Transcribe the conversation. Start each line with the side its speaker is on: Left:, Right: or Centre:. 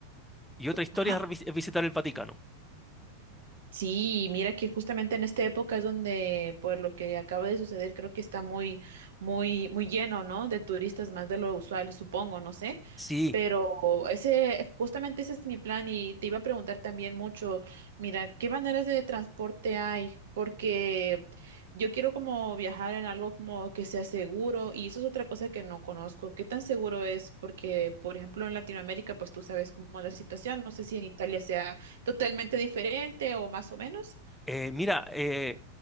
Centre: y otra historia
Right: Ajá.
Centre: es revis- es visitar el Vaticano.
Right: Sí, mira que justamente en esta época es donde, por lo que acaba de suceder, creo que está muy, muy, muy lleno, ¿no? De turistas, más de lo usual, supongo, no sé.
Centre: Sí,
Right: Pero ese, justamente ese es mi plan y te iba a preguntar también mucho, mira, ¿qué maneras de transporte hay? Porque yo quiero como viajar en algo como que sea seguro y eso es otra cosa que no conozco. ¿Qué tan seguro es? Porque, por ejemplo, en Latinoamérica, pues tú sabes cómo es la situación. No sé si en Italia sea totalmente diferente o más o menos.
Centre: eh, mira, eh,